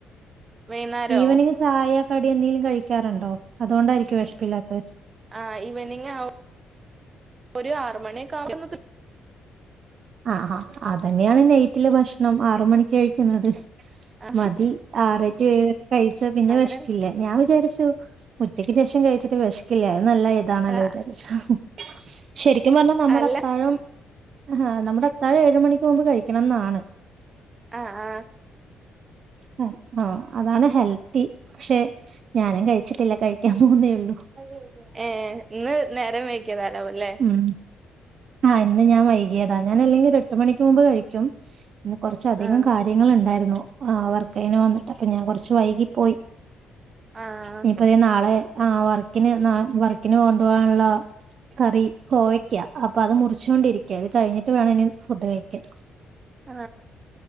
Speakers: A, on the right; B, on the right.
A: വൈന്നേരോ
B: ഈവനിങ്ങ് ചായ കടിയെന്തെങ്കലും കഴിക്കാറുണ്ടോ? അതുകൊണ്ടായിരിക്കും വെശപ്പില്ലാത്ത
A: ആഹ് ഈവനിങ് ആവും ഒരു ആറ് മണിയൊക്ക ആവു
B: ആഹ് ആഹ് അതന്നെയാണ് നൈറ്റിലെ ഭക്ഷണം ആറ് മണിക്ക് കഴിക്കുന്നത്.
A: ആ,
B: മതി ആറേ ടു ഏഴക്ക കഴിച്ച പിന്നെ
A: അങ്ങനെ
B: വെശക്കില്ല ഞാൻ വിചാരിച്ചു ഉച്ചക്ക് ശേഷം കഴി ച്ചിട്ട് വിശക്കില്ലെ നല്ല ഇതാണല്ലോ
A: ആഹ്
B: വിചാരിച്ചു <inaudible> ശരിക്കും പറഞ്ഞാൽ നമ്മുടെ
A: അല്ല
B: അത്താഴം അഹാ നമ്മുടെ അത്താഴം ഏഴ് ഴ് മണിക്കാവുമ്പൊ കഴിക്കണംന്നാണ്
A: ആഹ് ആ
B: അ ആഹ് അതാണ് ഹെൽത്തി പക്ഷെ ഞാനും കഴിച്ചിട്ടില്ല കഴിക്കാൻ പോകുന്നേള്
A: അതെ അതെ ഏ ഇന്ന് നേരം വൈകിയതാലാവുല്ലേ
B: ഉം ആഹ് ഇന്ന് ഞാൻ വൈകിയതാ ഞാൻ അല്ലെങ്കിൽ എട്ട് മണിക്ക് മുൻപ് കഴി ചം ഇന്ന് കുറച്ച അധികം
A: ആഹ്
B: കാര്യങ്ങൾ ഉണ്ടായിരുന്നു ആ അവർ ക്കഴിഞ്ഞു വന്നിട്ട് അപ്പൊ ഞാൻ കുറച്ച് വൈകി പോയി
A: ആഹ്
B: ഇനിപ്പൊ ഇതേ നാളെ ആ വർക്കിന് നാ വ വർക്കിന്ന് കൊണ്ടു പോകാനുള്ള കറി കോവയ്ക്ക അപ്പൊ അത് മുറി ച്ചോണ്ടിരിക്ക അത് കഴിഞ്ഞിട്ട് വേണം ഇനി ഫുഡ് കഴിക്കാൻ
A: ആ